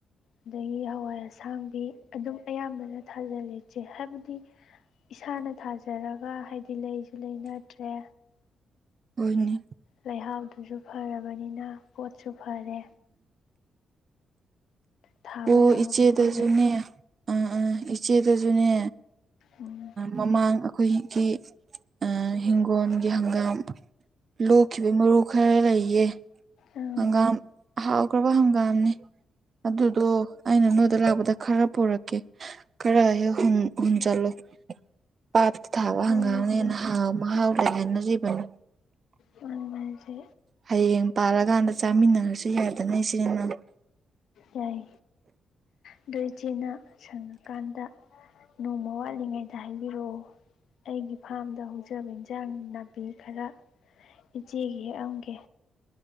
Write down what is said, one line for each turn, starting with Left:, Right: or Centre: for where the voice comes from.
Left: ꯑꯗꯒꯤ ꯍꯋꯥꯏ ꯑꯁꯥꯡꯕꯤ ꯑꯗꯨꯝ ꯑꯌꯥꯝꯕꯅ ꯊꯥꯖꯤꯜꯂꯦꯆꯦ ꯍꯥꯏꯕꯗꯤ ꯏꯁꯥꯅ ꯊꯥꯖꯔꯒ ꯍꯥꯏꯕꯗꯤ ꯂꯩꯁꯨ ꯂꯩꯅꯗ꯭ꯔꯦ
Right: ꯍꯣꯏꯅꯦ
Left: ꯂꯩꯍꯥꯎꯗꯨꯁꯨ ꯐꯔꯕꯅꯤꯅ ꯄꯣꯠꯁꯨ ꯐꯔꯦ ꯊꯥꯕ
Right: ꯑꯣ
Left: ꯌꯥꯕꯈꯩ
Right: ꯏꯆꯦꯗꯁꯨꯅꯦ
Left: ꯊꯥꯖꯜꯂꯦ
Right: ꯑꯥ ꯑꯥ ꯏꯆꯦꯗꯁꯨꯅꯦ
Left: ꯎꯝ
Right: ꯃꯃꯥꯡ ꯑꯩꯈꯣꯏꯒꯤ ꯏꯤꯡꯒꯣꯜꯒꯤ ꯍꯪꯒꯥꯝ ꯂꯣꯛꯈꯤꯕ ꯃꯔꯨ ꯈꯔ ꯂꯩꯌꯦ
Left: ꯑꯥ
Right: ꯍꯪꯒꯥꯝ ꯍꯥꯎꯈ꯭ꯔꯕ ꯍꯪꯒꯥꯝꯅꯦ ꯑꯗꯨꯗꯣ ꯑꯩꯅ ꯅꯣꯏꯗ ꯂꯥꯛꯄꯗ ꯈꯔ ꯄꯨꯔꯛꯀꯦ ꯈꯔ ꯍꯥꯏꯦ ꯍꯨꯟ ꯆꯠꯂꯣ ꯄꯊ ꯊꯥꯕ
Left: ꯍꯣꯏ
Right: ꯍꯒꯥꯅꯤꯅ
Left: ꯏꯆꯦ
Right: ꯍꯥꯎ ꯃꯍꯥꯎꯗꯅꯖꯤꯕꯅꯤ
Left: ꯃꯔꯃꯁꯦ
Right: ꯍꯌꯦꯡ ꯄꯥꯜꯂꯀꯥꯟꯗ ꯆꯥꯃꯤꯟꯅꯔꯁꯨ ꯌꯥꯗꯅ ꯁꯤꯅꯦꯃꯥ
Left: ꯌꯥꯏ ꯑꯗꯨꯣꯏꯆꯤꯅ ꯁꯪꯉꯀꯥꯟꯗ ꯅꯣꯡꯃ ꯋꯥꯠꯂꯤꯉꯩꯗ ꯍꯥꯏꯕꯤꯔꯛꯑꯣ ꯑꯩꯒꯤ ꯐꯥꯔꯝꯗ ꯍꯧꯖꯕ ꯏꯟꯁꯥꯡ ꯅꯥꯄꯤ ꯈꯔ ꯏꯖꯤꯦꯒꯤ ꯑꯃꯦ